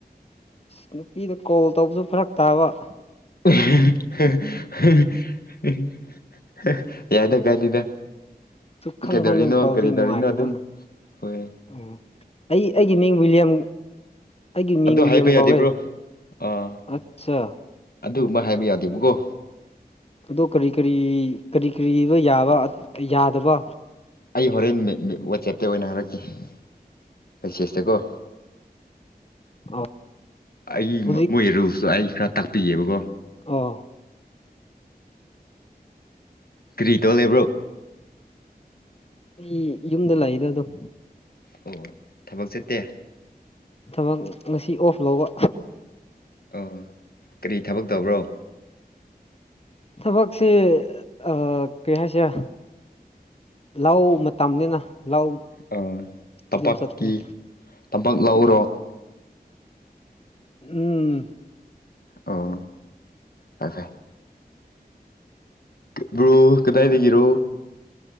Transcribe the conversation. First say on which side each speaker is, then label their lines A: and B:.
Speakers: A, on the left; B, on the left.
A: ꯑ ꯅꯨꯄꯤꯗ ꯀꯣꯜ ꯇꯧꯕꯁꯨ ꯐꯔꯛ ꯇꯥꯕ <inaudible>
B: <inaudible> ꯌꯥꯏꯗ ꯀꯥꯏꯗ‌ꯦꯗ
A: ꯁꯨꯛ ꯈꯪ
B: ꯀꯩꯗꯧꯔꯤꯅꯣ
A: ꯈꯪꯗꯅ ꯇꯧꯕꯁꯦ
B: ꯀꯔꯤꯗꯧꯔꯤꯅꯣ
A: ꯅꯨꯡꯉꯥꯏꯇꯕ
B: ꯑꯗꯨꯝ--ꯍꯣꯏ꯫
A: ꯑꯣ ꯑꯩ ꯑꯩꯒꯤ ꯃꯤꯡ ꯋꯤꯂꯤꯌꯝ ꯑꯩꯒꯤ ꯃꯤꯡ
B: ꯑꯗꯨ
A: ꯋꯤꯂꯤꯌꯝ
B: ꯍꯥꯏꯕ ꯌꯥꯗꯦꯕ꯭ꯔꯣ
A: ꯀꯧꯋꯦ
B: ꯑꯥ
A: ꯑꯠꯆꯥ
B: ꯑꯗꯨꯒꯨꯝꯕ ꯍꯥꯏꯕ ꯌꯥꯗꯦꯕꯀꯣ
A: ꯑꯗꫭ ꯀꯔꯤ ꯀꯔꯤ ꯀꯔꯤ ꯀꯔꯤꯑꯕ ꯌꯥꯕ ꯌꯥꯗꯕ
B: ꯑꯩ ꯍꯣꯔꯦꯟ ꯋꯥꯆꯦꯞꯇ ꯑꯣꯏꯅ ꯍꯥꯏꯔꯛꯀꯦ--ꯃꯦꯁꯦꯁꯇꯀꯣ꯫
A: ꯑ
B: ꯑꯩꯒꯤ
A: ꯍꯧꯖꯤꯛ
B: ꯃꯣꯏ ꯔꯨꯜꯁꯇꯣ ꯑꯩ ꯈꯔ ꯇꯥꯛꯄꯤꯒꯦꯕꯀꯣ
A: ꯑ‌ꯣ
B: ꯀ꯭ꯔꯤ ꯇꯧꯔ ꯂꯩꯕ꯭ꯔꯣ
A: ꯑꯩ ꯌꯨꯝꯗ ꯂꯥꯏꯗ ꯗꯨꯝ
B: ꯑꯣ ꯑꯣ ꯊꯕꯛ ꯆꯠꯇꯦ꯫
A: ꯊꯕꯛ ꯉꯁꯤ ꯑꯣꯐ ꯂꯧꯕ
B: ꯑꯣ ꯀꯔꯤ ꯊꯕꯛ ꯇꯧꯕ꯭ꯔꯣ
A: ꯊꯕꯛꯁ‌ꯦ ꯑꯥ ꯀꯩ ꯍꯥꯏꯁꯤꯔꯥ ꯂꯧ ꯃꯇꯝꯅꯤꯅ--ꯂꯧ
B: ꯑꯣ ꯇꯝꯄꯥꯛꯀꯤ
A: ꯑꯗꯨꯝ ꯆꯠꯄꯅꯦ
B: ꯇꯝꯄꯥꯛ ꯂꯥꯛꯎꯔꯣ꯫
A: ꯎꯝ
B: ꯑꯣ ꯐꯖꯩ ꯕ꯭ꯔꯣ ꯀꯗꯥꯏꯗꯒꯤꯔꯣ꯫